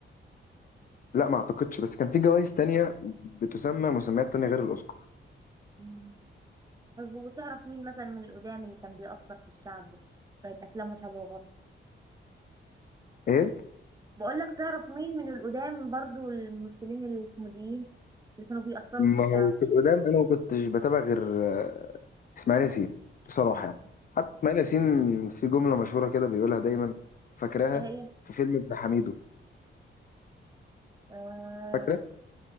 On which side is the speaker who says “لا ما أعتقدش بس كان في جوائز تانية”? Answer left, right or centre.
Left